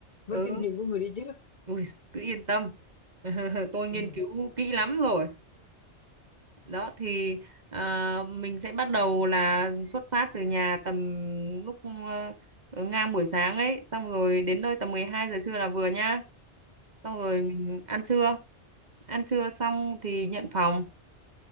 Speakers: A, on the left (about 45°); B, on the right (about 40°).
A: với
B: ừ
A: kinh nghiệm của người đi trước
B: Ui, cứ yên tâm. <laughs> Tôi
A: ừ.
B: nghiên cứu kỹ lắm rồi. Đó thì à, mình sẽ bắt đầu là xuất phát từ nhà tầm lúc ờ, ngang buổi sáng ấy, xong rồi đến nơi tầm 12 giờ trưa là vừa nhá. Xong rồi
A: Ừ.
B: mình ăn trưa. Ăn trưa xong thì nhận phòng